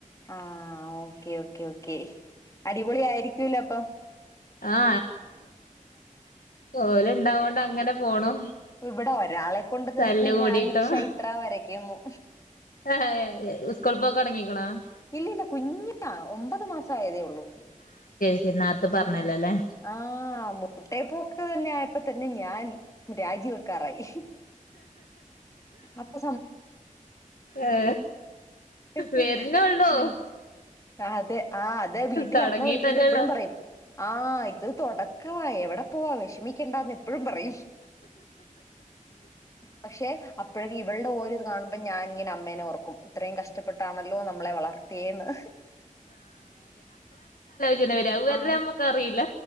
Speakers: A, on the left (about 25°); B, on the left (about 80°).
A: ആഹ് ഓക്കേ ഓക്കേ ഓ ക്കെ അടിപൊളി ആയിരിക്കൂലോ അപ്പം
B: ആ ഓല്ണ്ടാവോണ്ടങ്ങനെ പോണു
A: ഇവിടെ ഒരാളെ കൊണ്ട് തന്നെ
B: തല്ല് കൂടിട്ടോ
A: ഞാൻ ഇക്ഷ ഇത്ര വരയ്ക്കുന്നു
B: അതെ അതെ സ്ക്കോൾപൊക്കോടങ്ങീക്കണോ? <unintelligible>
A: ഇല്ല ഇല്ല കുഞ്ഞാ ഒമ്പത് മാസായതേ ഉള്ളൂ.
B: <unintelligible>
A: ആ
B: അല്ലേ
A: ആഹ് മുട്ടേപോക്ക് തന്നെ ആയപ്പോ തന്നെ ഞാൻ രാജിവെക്കാറായി അപ്പൊ
B: ഏ
A: സമ്മതിക്കണം
B: വെര്ണൊള്ളു
A: അതെ ആ അത് വീട്ടിൽ
B: തൊടങ്ങീട്ടല്ലുള്ളു
A: അമ്മ വിളിക്കുമ്പോ എപ്പഴും പറയും ആ ഇത് തൊടക്കവ എവടെ പോവാ വിഷമിക്കേണ്ടാന്നെ പ്പഴും പറയും പക്ഷെ അപ്പോഴ ഇവൾടെ ഓരത് കാണുമ്പോ അപ്പ ഞാനിങ്ങനെ അമ്മേനെ ഓർക്കും ഇത്രേം കഷ്ടപ്പെട്ടാണല്ലോ നമ്മളെ വളർത്തിയേന്ന്
B: ചന വരാ അത് വരെ
A: ആ
B: ഞമ്മക്കറീല